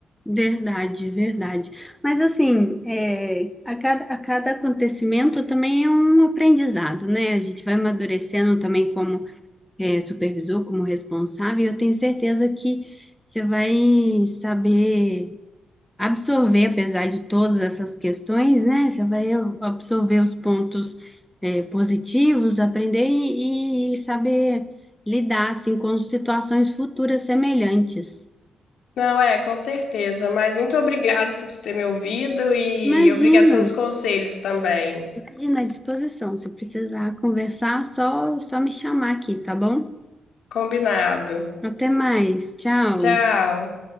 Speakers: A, in the centre; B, on the left.
A: verdade, verdade. Mas, assim, é, a cada, a cada acontecimento também é um aprendizado, né? A gente vai amadurecendo também como é, supervisor, como responsável, eu tenho certeza que você vai saber absorver, apesar de todas essas questões, né? Você vai absorver os pontos, é, positivos, aprender e, e saber lidar, assim, com situações futuras semelhantes.
B: Não, é, com certeza. Mas muito obrigado por ter me ouvido e
A: Imagina,
B: obrigado pelos conselhos também.
A: imagina à disposição. Se precisar conversar, só, só me chamar aqui, tá bom?
B: Combinado.
A: Até mais, tchau.
B: Tchau.